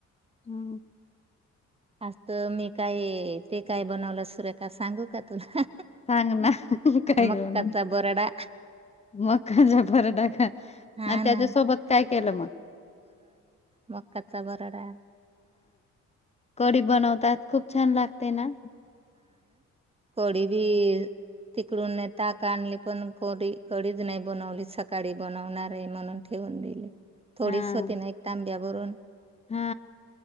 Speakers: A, on the left (about 20°); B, on the right (about 20°).
A: ह.
B: आजत मी काय ते काय बनवलं, सुरेखा सांगू का तुला?
A: सांग ना काय घेऊन.
B: मक्काचा बरडा
A: मकाच्या पराठा,
B: हा
A: त्याच्यासोबत
B: ना
A: काय केलं मग.
B: मकाचा बराडा.
A: कडी बनवतात. खूप छान लागते ना.
B: कडी बी. तिकडून न ताक आणली पण कोडी कडीच नाही बनवली. सकाळी बनवणार आहे म्हणून ठेवून
A: <inaudible>
B: दिली. थोडीच
A: हा
B: होती ना एक तांब्याभरून
A: हा